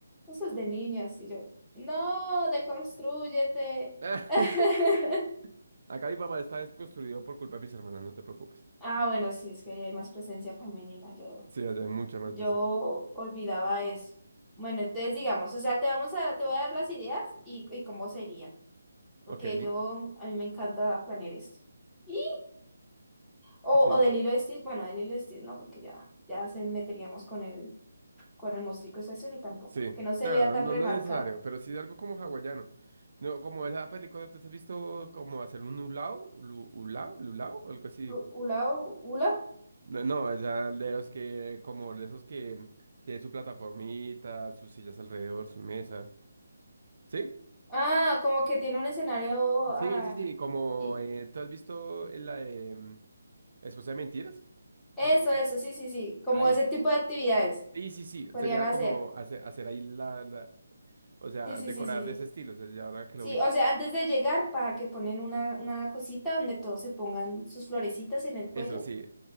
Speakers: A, in the centre; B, on the right (about 50°).
A: Eso es de niñas. Y yo, no, deconstrúyete.
B: <laughs>
A: <laughs>
B: Acá mi papá está desconstruido por culpa de mis hermanas, no te preocupes.
A: Ah, bueno, sí, es que ahí hay más presencia femenina. Yo,
B: Sí, allá hay muchas más
A: yo
B: veces.
A: olvidaba eso. Bueno, entonces digamos, o sea, te vamos a, te voy a dar las ideas y, y cómo serían. Porque
B: Ok.
A: yo, a mí me encanta planear esto. <laughs> O,
B: Sí.
A: o del hilo de Stitch, bueno, del hilo de Stitch no, porque ya, ya se meteríamos con él con el mostrico es azul y tampoco.
B: Sí,
A: Que no se
B: nada,
A: vea tan
B: no,
A: remarcado.
B: no es necesario, pero sí de algo como hawaiano. No, como esa película, ¿tú te has visto como hacer un ulao, lu- ulao, lulao, o algo así?
A: Lu- ¿Ula? u- ¿Ula?
B: No, no, esa de los que, como de esos que tiene su plataformita, sus sillas alrededor, sus mesas. ¿Sí?
A: Ah, como que tiene un escenario. ah,
B: Sí, sí, sí, como,
A: y
B: eh, ¿tú has visto en la de mm, Esposa de Mentiras?
A: eso,
B: La-
A: eso, sí, sí, sí. Como
B: ahí.
A: ese tipo de actividades
B: Sí, sí, sí,
A: podrían
B: sería
A: hacer.
B: como hacer, hacer ahí la, la, o sea,
A: Sí, sí,
B: decorar
A: sí, sí, sí.
B: de ese estilo, o sea, ya ahora que
A: Sí,
B: lo hizo.
A: o sea, antes de llegar, para que ponen una, una cosita donde todos se pongan sus florecitas en
B: Eso,
A: el cuello.
B: sí,